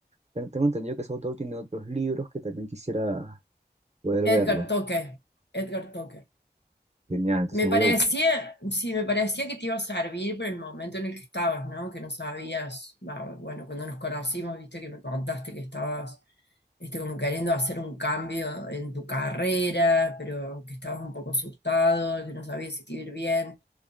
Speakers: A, on the right (about 40°); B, on the left (about 80°).
A: Ten- Tengo entendido que ese autor tiene otros libros que también quisiera poder verlos.
B: Edgar Toque, Edgar Toque.
A: Genial, entonces
B: Me parecía,
A: voy a buscar.
B: sí, me parecía que te iba a servir por el momento en el que estabas, ¿no? Que no sabías, va, bueno, cuando nos conocimos, viste que me contaste que estabas, este, como queriendo hacer un cambio en tu carrera, pero que estabas un poco asustado, que no sabías si te iba a ir bien.